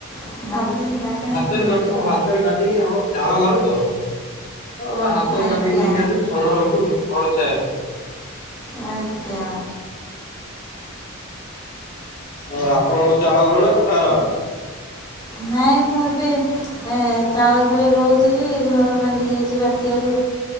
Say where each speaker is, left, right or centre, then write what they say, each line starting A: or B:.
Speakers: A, on the left; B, on the left.
A: <unintelligible>
B: ହାତରେ
A: ଥିବ
B: କାଟୁବା ହାତରେ କାଟିକି ଆମର ଚାଳ ଘରତ ଆମେ ହାତରେ
A: ଆଜ୍ଞା
B: କାଟିକି ନେଇକି ଆସିବୁ ଛଣ ରଖୁ ଘର ଛାଇବା ପାଇଁ।
A: ଆଜ୍ଞା।
B: ଅଁ ଆପଣଙ୍କର ଚାଳ ଘରନା କୋଠା ଘର?
A: ନାଇଁ ମୁଁ ଏବେ ଅଁ ଚାଳ ଘରେ ରହୁଥିଲି ଘର ଭାଙ୍ଗି ଯାଇଚି ବାତ୍ୟାରୁ